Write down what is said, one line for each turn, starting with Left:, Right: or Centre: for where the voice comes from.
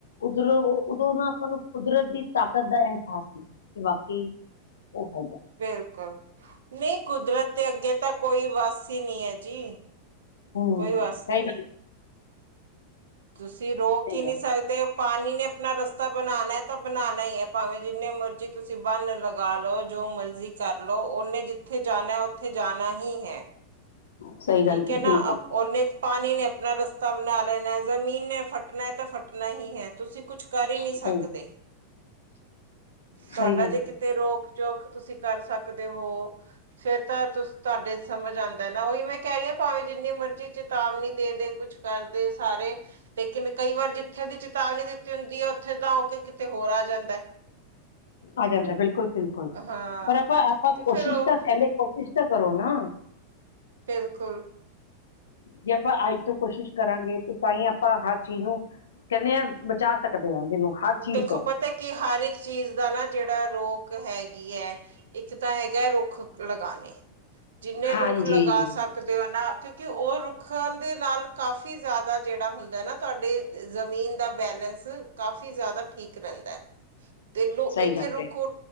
Left: ਉਧਰੋਂ, ਉਦੋਂ ਨਾ ਆਪਾਂ ਨੂੰ ਕੁਦਰਤ ਦੀ ਤਾਕਤ ਦਾ ਅਹਿਸਾਸ ਹੁੰਦਾ, ਕਿ ਵਾਕਈ! ਓ ਹੈਗਾ।
Right: ਬਿਲਕੁਲ, ਨਹੀਂ ਕੁਦਰਤ ਦੇ ਅੱਗੇ ਤਾਂ ਕੋਈ ਵੱਸ ਹੀ ਨਹੀਂ ਆ ਜੀ।
Left: ਹੂੰ
Right: ਕੋਈ ਵੱਸ
Left: ਸਹੀ
Right: ਨਹੀਂ।
Left: ਗੱਲ
Right: ਤੁਸੀਂ, ਰੋਕ
Left: ਸਹੀ
Right: ਹੀ
Left: ਗੱਲ
Right: ਨਹੀਂ ਸਕਦੇ ਪਾਨੀ ਨੇ ਅਪਣਾ ਰਸਤਾ ਬਣਾਣਾ ਹੈ, ਤਾਂ ਬਣਾਣਾ ਹੀਹੈ, ਭਾਵੇਂ ਜਿੰਨੇ ਮਰਜ਼ੀ ਤੁਸੀਂ ਬੰਨ ਲਗਾਲੋ, ਜੋ ਮਰਜ਼ੀ ਜੀ ਕਰਲੋ, ਉਹਨੇ ਜਿੱਥੇ ਜਾਣਾ, ਉੱਥੇ ਜਾਣਾ ਹੀ ਹੈ।
Left: ਸਹੀ
Right: ਠੀਕ
Left: ਗੱਲ ਕਹੀ,
Right: ਹੈ
Left: ਬਿਲਕੁਲ
Right: ਨਾ, ਓਹਨੇ ਪਾਨੀ ਨੇ ਅਪਨਾ ਰਸਤਾ ਬਣਾ ਲੈਣਾ, ਜ਼ਮੀਨ ਨੇ ਫੱਟਣਾ ਹੈ, ਤਾਂ ਫੱਟਣਾ ਹੀਹੈ, ਤੁਸੀਂ ਕੁਛ ਕਰ ਹੀ ਨਹੀਂ ਸਕਦੇ,
Left: ਸਹੀ
Right: ਤੁਹਾਡਾ
Left: ਸਹੀ ਗੱਲ
Right: ਜੇ ਕਿ
Left: ਹੈ।
Right: ਤੇ ਰੋਕ-ਜੋੋਕ ਤੁਸੀਂ ਕਰ ਸਕਦੇ ਹੋ ਫੇਰ ਤਾ, ਤੁਸ ਤੁਹਾਡੇ ਸਮਝ ਆਂਦਾ ਏ ਨਾ, ਉਹੀ ਮੈਂ ਕਹਿ ਰਹੀਆਂ, ਭਾਵੇਂ ਜਿੰਨੀ ਮਰਜ਼ੀ ਚੇਤਾਵਨੀ ਦੇਦੇ ਕੁਛ ਕਰਦੇ ਸਾਰੇ, ਲੇਕਿਨ ਕਈ ਵਾਰ ਜਿੱਥੇ ਦੀ ਚੇਤਾਵਨੀ ਦਿੱਤੀ ਹੁੰਦੀ ਆ, ਉੱਥੇ ਤਾਂ ਹੋਕੇ ਕਿਤੇ ਹੋਰ ਆ ਜਾਂਦਾ।
Left: ਆ ਜਾਂਦਾ, ਬਿਲਕੁਲ-ਬਿਲਕੁਲ,
Right: ਹਾਂ
Left: ਪਰ ਆਪਾਂ, ਆਪਾਂ
Right: ਤੇ ਫੇਰ
Left: ਕੋਸ਼ਿਸ਼
Right: ਉਹ
Left: ਤਾਂ ਕਹਿੰਦੇ ਕੋਸ਼ਿਸ਼ ਤਾ ਕਰੋ ਨਾ।
Right: ਬਿਲਕੁਲ!
Left: ਜੇ ਆਪਾਂ ਅੱਜ ਤੋਂ ਕੋਸ਼ਿਸ਼ ਕਰਾਂਗੇ, ਤੇ ਤਾਂਹੀ ਆਪਾਂ ਹਰ ਚੀਜ਼ ਨੂੰ ਕਹਿੰਨੇ ਆਂ, ਬਚਾ ਸਕਦੇ ਹਾਂ ਜਿਹਨੂੰ ਹਰ ਚੀਜ਼
Right: ਦੇਖੋ
Left: ਤੋਂ
Right: ਪਤਾ ਕਿ, ਹਰ ਇੱਕ ਚੀਜ਼ ਦਾ ਨਾ, ਜਿਹੜਾ ਰੋਕ ਹੈਗੀ ਐ ਇੱਕ ਤਾਂ ਹੈਗਾ, ਰੁੱਖ ਲਗਾਣੇ। ਜਿੰਨੇ
Left: ਹਾਂਜੀ
Right: ਰੁੱਖ ਲਗਾ ਸਕਦੇ ਓ ਨਾ, ਕਿਉਂਕਿ ਉਹ ਰੁੱਖਾਂ ਦੇ ਨਾਲ ਕਾਫੀ ਕਾਫੀ ਜ਼ਿਆਦਾ ਜਿਹੜਾ ਹੁੰਦਾ ਨਾ, ਤੁਹਾਡੇ ਜ਼ਮੀਨ ਦਾ ਬੈਲੇੈਂਸ ਕਾਫੀ ਕਾਫੀ ਜ਼ਿਆਦਾ ਠੀਕ ਰਹਿੰਦਾ, ਤੇ ਲੋ
Left: ਸਹੀ
Right: ਇੱਥੇ
Left: ਗੱਲ
Right: ਰੁਕੋ
Left: ਕਹੀ,